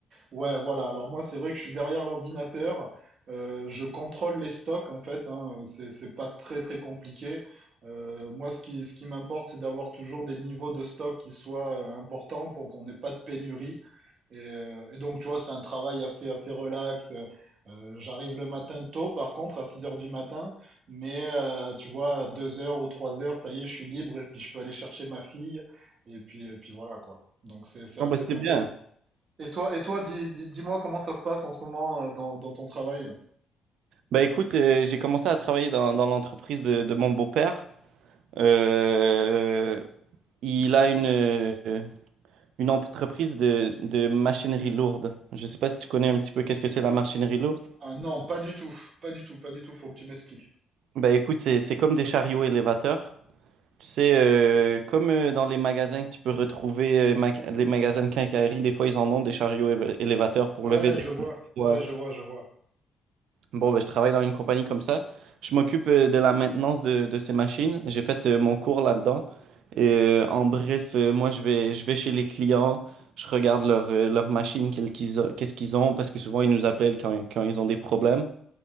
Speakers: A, on the right (about 55°); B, on the right (about 80°).
A: Ouais, voilà. Alors moi, c'est vrai que je suis derrière l'ordinateur. Euh, je contrôle les stocks en fait. Hein. C'est c'est pas très très compliqué. Euh, moi, ce qui ce qui m'importe, c'est d'avoir toujours des niveaux de stock qui soient euh, importants pour qu'on n'ait pas de pénurie. Et, euh, et donc, tu vois, c'est un travail assez assez relax. Euh, j'arrive le matin tôt, par contre, à 6 heures du matin. Mais euh, tu vois, à 2 heures ou 3 heures, ça y est, je suis libre et puis je peux aller chercher ma fille. Et puis et puis voilà quoi. Donc c'est c'est
B: Ah
A: assez
B: bah c'est
A: simple.
B: bien.
A: Et toi, et toi, dis, dis, dis-moi comment ça se passe en ce moment euh, dans, dans ton travail.
B: Bah écoute, euh, j'ai commencé à travailler dans, dans l'entreprise de, de mon beau-père. Euh, Il a une, euh, une entreprise de, de machinerie lourde. Je ne sais pas si tu connais un petit peu qu'est-ce que c'est la machinerie lourde.
A: Ah non, pas du tout, pas du tout, pas du tout, faut que tu m'expliques.
B: Ben écoute, c'est, c'est comme des chariots élévateurs. Tu sais, euh, comme euh, dans les magasins que tu peux retrouver, euh, ma- les magasins de quincaillerie, des fois ils en ont des chariots éve- élévateurs pour
A: Ouais,
B: lever des
A: je vois,
B: poids.
A: ouais, je vois, je vois.
B: Bon, ben, je travaille dans une compagnie comme ça. Je m'occupe euh, de la maintenance de, de ces machines. J'ai fait euh, mon cours là-dedans. Et, euh, en bref, euh, moi, je vais, je vais chez les clients. Je regarde leur, euh, leurs machines, quelles qu'ils ont- qu'est-ce qu'ils ont, parce que souvent, ils nous appellent quand, quand ils ont des problèmes.